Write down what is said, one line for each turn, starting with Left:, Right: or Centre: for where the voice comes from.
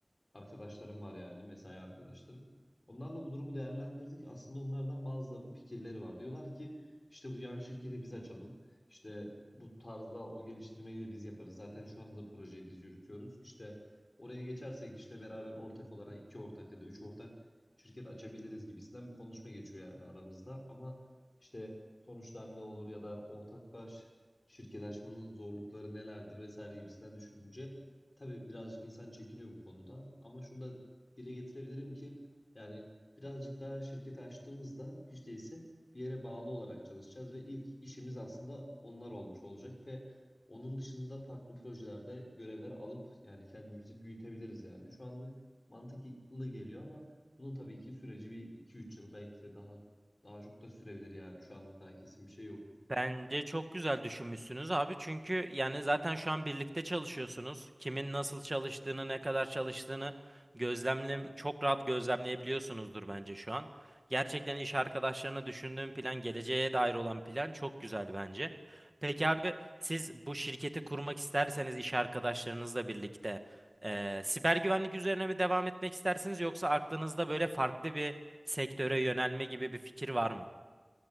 Left: arkadaşlarım var yani mesai arkadaşlarım. Onlarla bu durumu değerlendirdik. Aslında onlardan bazılarının fikirleri var. Diyorlar ki işte bu yan şirketi biz açalım. İşte bu tarzda o geliştirmeyi de biz yaparız. Zaten şu anda da projeyi biz yürütüyoruz. İşte oraya geçersek işte beraber ortak olarak iki ortak ya da üç ortak şirket açabiliriz gibisinden bir konuşma geçiyor yani aramızda. Ama işte sonuçlar ne olur ya da ortaklaş şirket açmanın zorlukları nelerdir vesaire gibisinden düşününce tabii birazcık insan çekiniyor bu konuda ama şunu da dile getirebilirim ki yani birazcık daha şirketi açtığımızda hiç değilse bir yere bağlı olarak çalışacağız ve ilk işimiz aslında onlar olmuş olacak ve onun dışında farklı projelerde görevler alıp yani kendimizi büyütebiliriz yani. Şu anlık mantıklı geliyor ama bunun tabii ki süreci bir iki üç yıl belki de daha daha çok da sürebilir yani. Şu anda daha kesin bir şey yok.
Right: Bence çok güzel düşünmüşsünüz abi. Çünkü yani zaten şu an birlikte çalışıyorsunuz. Kimin nasıl çalıştığını, ne kadar çalıştığını gözlemle çok rahat gözlemleyebiliyorsunuzdur bence şu an. Gerçekten iş arkadaşlarına düşündüğüm plan, geleceğe dair olan plan çok güzel bence. Peki abi siz bu şirketi kurmak isterseniz iş arkadaşlarınızla birlikte eee, siber güvenlik üzerine mi devam etmek istersiniz yoksa aklınızda böyle farklı bir sektöre yönelme gibi bir fikir var mı?